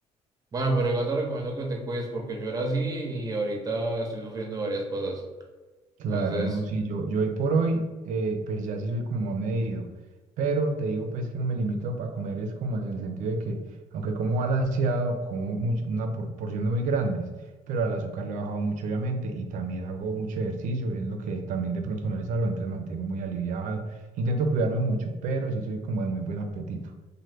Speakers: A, on the right (about 30°); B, on the right (about 70°).
A: Bueno, pero igual te recomiendo que te cuides porque yo era así y ahorita estoy sufriendo varias cosas.
B: Claro,
A: Entonces,
B: no, sí, yo, yo hoy por hoy, eh, pues ya sí soy como más medido, pero te digo pues que no me limito a comer, es como en el sentido de que aunque como balanceado, como much- una por- porciones muy grandes, pero al azúcar le he bajado mucho obviamente y también hago mucho ejercicio, es lo que también de pronto me salva, entonces mantengo muy aliviado, intento cuidarme mucho, pero sí soy como de muy buen apetito.